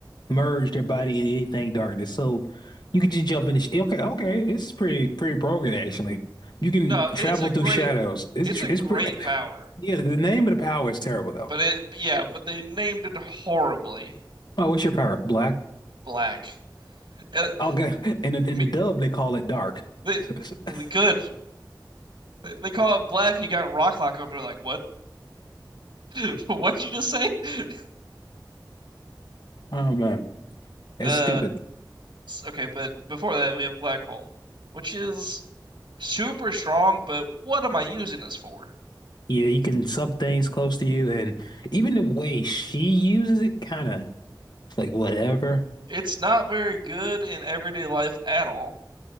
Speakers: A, on the left (about 65°); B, on the right (about 80°).
A: merge their body in anything darkness. So you could just jump in. The sh okay, okay. It's pretty pretty broken actually. You can
B: No,
A: travel
B: it's a great
A: through shadows. It's
B: it's
A: tr-
B: a
A: it's
B: great
A: pretty.
B: power,
A: Yeah, the name of the power is terrible though.
B: but it yeah, but they named it horribly.
A: Oh, what's your power? Black.
B: Black. Uh,
A: Okay. In the, in
B: me,
A: the dub, they call it dark.
B: they,
A: <laughs>
B: good. They- call it black, and you got Rocklock over there. Like, what? <laughs> What'd you just say? <laughs>
A: Oh man, that's
B: Uh,
A: stupid.
B: okay, but before that, we have Black Hole, which is super strong. But what am I using this for?
A: Yeah, you can sub things close to you, and even the way she uses it, kind of like whatever.
B: It's not very good in everyday life at all.